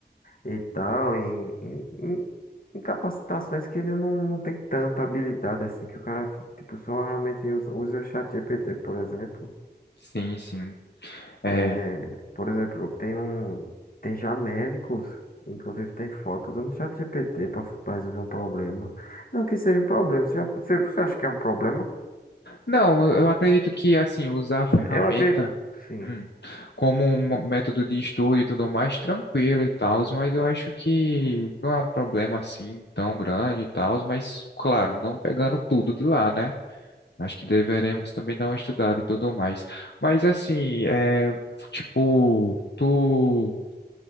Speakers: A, on the left; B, on the left.
A: e tal, em, em, em- em capacitações que ele não, não tem tanta habilidade assim, que o cara, tipo, só realmente usa, usa o ChatGPT, por exemplo.
B: Sim, sim. É,
A: É, por exemplo, tem um, tem já médicos, inclusive tem fotos usando o ChatGPT para resolver um problema. Não que seja um problema, você, já- você, você acha que é um problema?
B: não, eu eu acredito que, assim, usar ferramentas
A: Eu acredito, sim.
B: Hum. Como um método de estudo e tudo mais, tranquilo e tal, mas eu acho que não é um problema assim tão grande e tal, mas claro, não pegando tudo de lá, né? Acho que deveremos também dar uma estudada e tudo mais. Mas assim, é, tipo, tu